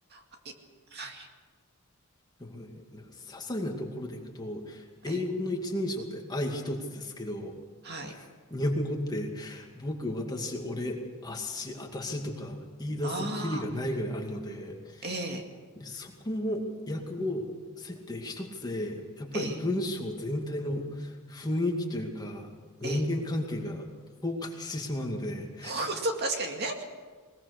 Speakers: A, on the right; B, on the left.
A: あ、い、はい、
B: でもね、なんか些細なところでいくと、英語の一人称って愛一つですけど、
A: ええ、はい。
B: 日本語って僕、私、俺、あっし、あたしとか言い出すとキリがないぐらいあるので、
A: ああ、ええ、
B: でそこの訳語設定一つで、やっぱり文章全体の雰囲気というか、
A: ええ、
B: 人間関係が
A: ええ。
B: 崩壊してしまうので、
A: <laughs> ほんと、確かにね。